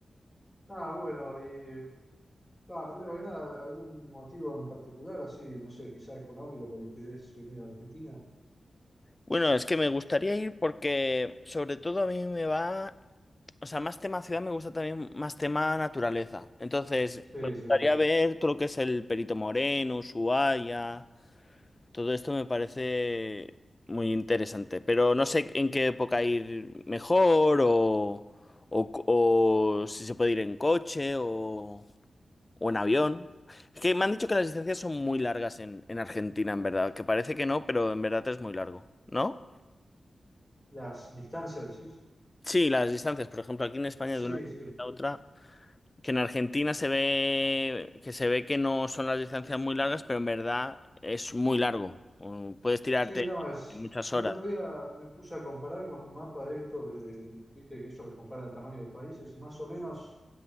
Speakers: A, in the centre; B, on the left (about 25°).
A: Ah, bueno, y va, primero que nada, ¿algún motivo en particular, así, no sé, quizá económico por el que querés venir a Argentina?
B: Bueno, es que me gustaría ir porque sobre todo a mí me va, o sea, más tema ciudad me gusta también más tema naturaleza. Entonces,
A: Sí,
B: me gustaría
A: sí.
B: ver todo lo que es el Perito Moreno, Ushuaia, Todo esto me parece muy interesante, pero no sé en qué época ir mejor o, o, o si se puede ir en coche o, o en avión. Es que me han dicho que las distancias son muy largas en, en Argentina, en verdad, que parece que no, pero en verdad es muy largo, ¿no?
A: Las distancias, decís.
B: Sí, las distancias, por ejemplo, aquí en España
A: Sí,
B: de una distancia
A: sí.
B: a otra, que en Argentina se ve que se ve que no son las distancias muy largas, pero en verdad es muy largo. Um, Puedes tirarte
A: Sí, no, es.
B: muchas
A: El
B: horas.
A: otro día me puse a comparar con un mapa de estos, de, viste, que eso que compara el tamaño de los países, y más o menos.